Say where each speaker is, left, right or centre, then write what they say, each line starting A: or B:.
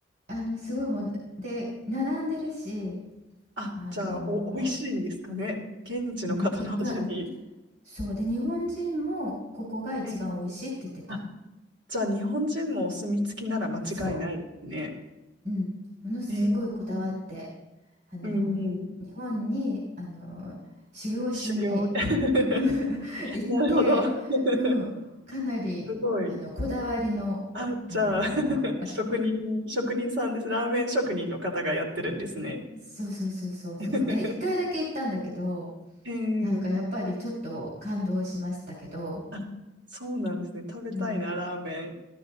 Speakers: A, on the right (about 60°); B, on the right (about 80°).
A: あの、すごいもんで、並んでるし、
B: あ、
A: あの、
B: じゃあ、お、美味しいんですかね。現地の方の味に。
A: うん、一回、そうで、日本人もここが一番美味しいって言ってた。
B: えーあ、じゃあ、日本人もお墨付きなら間違いないですね。
A: そう、うん、ものすごいこだわって、
B: えー
A: あの、
B: うん、
A: 日本に、あの、修行しに
B: 修行。<laughs>
A: うん <laughs> 行って、
B: なるほど。<laughs>
A: うん、かなり、
B: すごい。
A: あの、こだわりの、
B: あ、
A: あの、
B: じゃあ、<laughs> 職人、職人さんです。ラーメン職人の方がやってるんですね。
A: そうそうそうそうそう、
B: <laughs>
A: で、一回だけ行ったんだけど、
B: ええ
A: なんかやっぱりちょっと感動しましたけど、
B: あ、そうなんですね。食べたいな、
A: うん、
B: ラーメン。